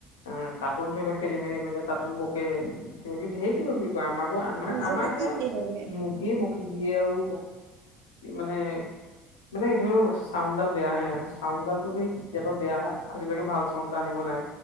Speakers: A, on the left; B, on the right.
A: অ তাতো ধৰি লও খেলি মেলি কৰিলে তাতো বকে কিবা কিবি ধঢেৰ কিবা ত আমাকো আমাৰ
B: নিজকে
A: আমাকে
B: কি বুলি ভাবে
A: মুকি দিয়ে আৰু মানে মানে ধৰি লও চাউণ্ডাল বেয়াাহে চাউণ্ডালোতো সেই তেতিয়াবা বেয়া আজিলৈকে ভাল চাউনড এটা আনিব নাই